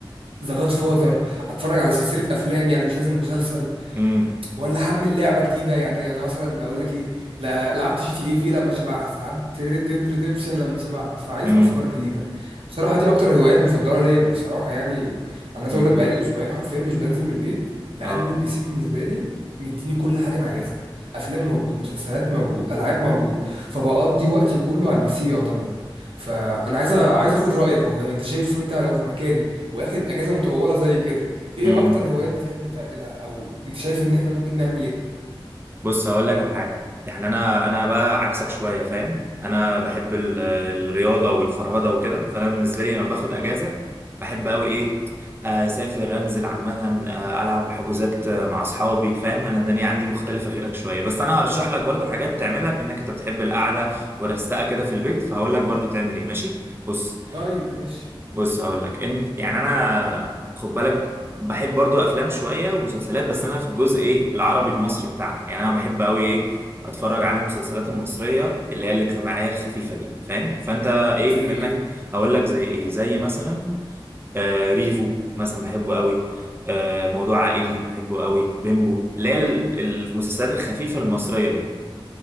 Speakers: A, on the right; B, on the right.
A: ذا جاد فاذر اتفرج على سلسله افلام يعني مش لازم مسلسل
B: امم
A: ولا حمل لعبه جديده يعني انا مثلا اقول لك ايه لا- لعبت جي تي اي في لما شبعت لعبت ريد ديد ريديمشن لما شبعت فعايز
B: امم
A: افكار جديده بصراحه دي اكتر هوايات مفضله ليا بصراحه يعني انا عايز
B: امم
A: اقول لك بقالي اسبوعين حرفيا مش بنزل من البيت لان
B: اه
A: البي سي بالنسبه لي مديني كل حاجه انا عايزها افلام موجود مسلسلات موجود العاب موجود فبقضي وقتي كله على البي سي يعتبر فانا عايز أ- عايز اخد رايك والله انت شايف انت لو في مكاني واخد اجازه مطوله زي كده ايه
B: امم
A: اكتر هوايات بتحب تعملها او انت شايف ان احنا ممكن نعمل ايه
B: بص هقول لك على حاجه يعني انا انا بقى عكسك شويه فاهم انا بحب ال- الرياضه والفرهده وكده فانا بالنسبه لي لما باخد اجازه بحب قوي ايه آه، اسافر انزل عامه آه، العب حجوزات آه، مع اصحابي فاهم انا الدنيا عندي مختلفه غيرك شويه بس انا هرشح لك برضو حاجات تعملها بانك انت بتحب القعده والرستقه كده في البيت فهقول لك برضو تعمل ايه ماشي بص
A: طيب ماشي
B: بص هقول لك انت يعني انا خد بالك بحب برضو افلام شويه ومسلسلات بس انا في الجزء ايه العربي المصري بتاعنا يعني انا بحب قوي ايه اتفرج على المسلسلات المصريه اللي هي الاجتماعيه الخفيفه دي فاهم فانت ايه
A: زي
B: منك
A: ايه
B: هقول لك زي ايه زي مثلا آه ريفو مثلا بحبه قوي آه موضوع عائلي بحبه قوي بيمبو اللي هي ال-
A: آه،
B: المسلسلات الخفيفه المصريه دي